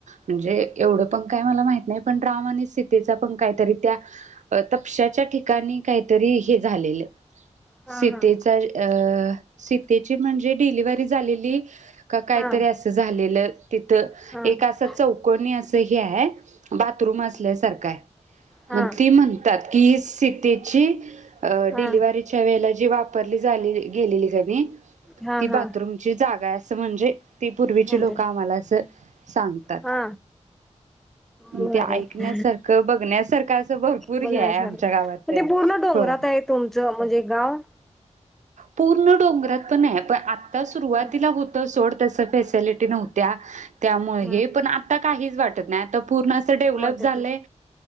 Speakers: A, on the right (about 80°); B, in the centre.
A: म्हणजे एवढं पण काय मला माहित नाही पण राम आणि सीतेचा पण काहीतरी त्या तपशाच्या ठिकाणी काहीतरी हे झालेलं.
B: हा
A: सीतेचा
B: हा
A: अ सीतेची म्हणजे डिलिवरी झालेली. का काहीतरी
B: हा हा
A: असं झालेलं तिथं
B: हा
A: एक असं चौकोनी अस हे हाय बाथरूम असल्यासारख हाय
B: हा
A: मग ती म्हणतात की, सीतेची आ
B: हा
A: डिलिव्हरीच्या वेळेला जी वाप- पल्ली झालेली गेलेली कणी
B: हा
A: ती बाथरूमची
B: हा
A: जागा आहे असं म्हणजे ती पूर्वीची
B: म्हणते
A: लोकं आम्हाला अस सांगतात
B: हा मग भारी
A: ते ऐकण्यासारखं
B: आहे
A: बघण्यासारखं असं भरपूर हे
B: बघण्यासारखं
A: आमच्या गावात
B: मग
A: तरी
B: ते पूर्ण डोंगरात
A: होय.
B: आहे तुमचं म्हणजे गाव
A: पूर्ण डोंगरात पण नाही पण आत सुरुवातीला
B: हा
A: होत सोड तस फेस लिटी नव्हत्या त्यामुळे
B: हा
A: हे पण आता काहीच वाट उठत नाही तब पूर्ण अस डेव्हलप
B: मोठे
A: झालंय.